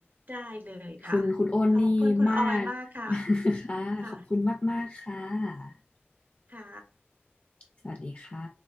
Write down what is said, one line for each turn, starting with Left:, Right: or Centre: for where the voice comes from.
Right: ได้เลยค่ะ
Left: คุณคุณโอนนี่มาก
Right: ขอบคุณคุณออยมากค่ะ
Left: <laughs> ค่ะขอบคุณมากๆค่ะ
Right: ค่ะค่ะ
Left: สวัสดีค่ะ